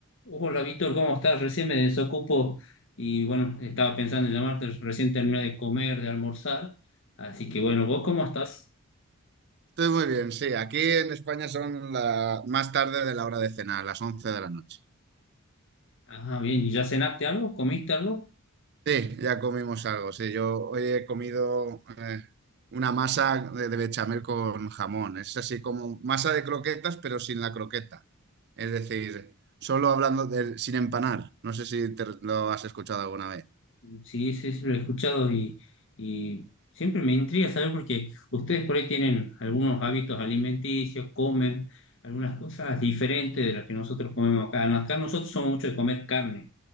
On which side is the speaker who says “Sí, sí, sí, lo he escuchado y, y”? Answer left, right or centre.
Left